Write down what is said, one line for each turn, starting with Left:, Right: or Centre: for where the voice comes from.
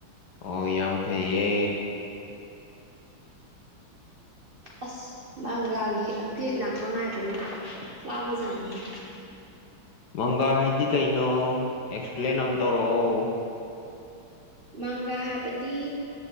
Left: ꯑꯣ ꯌꯥꯝ ꯐꯩꯌꯦ꯫
Right: ꯑꯁ ꯃꯪꯒꯥꯒꯤ ꯑꯞꯗꯦꯠ ꯂꯥꯛꯄ ꯉꯥꯏꯕꯅꯤ ꯋꯥꯕꯖꯥꯠꯅꯤꯍꯦ꯫
Left: ꯃꯪꯒꯥ ꯍꯥꯏꯗꯤ ꯀꯩꯅꯣ ꯑꯦꯛꯁꯄ꯭ꯂꯦꯟ ꯑꯃ ꯇꯧꯔꯛꯑꯣ꯫
Right: ꯃꯪꯒꯥ ꯍꯥꯏꯕꯗꯤ